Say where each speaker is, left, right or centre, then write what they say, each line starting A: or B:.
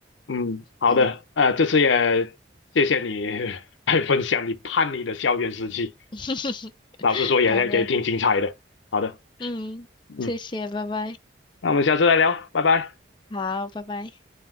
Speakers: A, on the left; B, on the left.
A: 嗯，好的，
B: 嗯，
A: 呃，这次也谢谢你 <laughs> 来分享你叛逆的校园时期，
B: <laughs>
A: 老实说也也挺精彩的。
B: 好的，
A: 好的，
B: 嗯，
A: 嗯，
B: 谢谢，拜拜。
A: 那我们下次再聊，拜拜。
B: 好，拜拜。